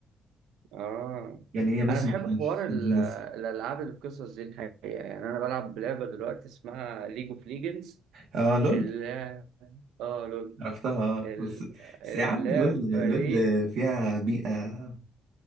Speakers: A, on the right; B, on the right.
A: اه
B: يعني هي بس
A: انا بحب
B: مش مش
A: حوار ال-
B: مش
A: آه،
B: بس
A: الالعاب اللي بقصص دي الحقيقة يعني انا بلعب لعبة دلوقتي اسمها ليج اوف ليجندز
B: اه لول
A: اللي اه لول
B: عرفتها
A: ال-
B: بس بس
A: اللعبة
B: يا عم لول لول
A: دي
B: فيها بيئة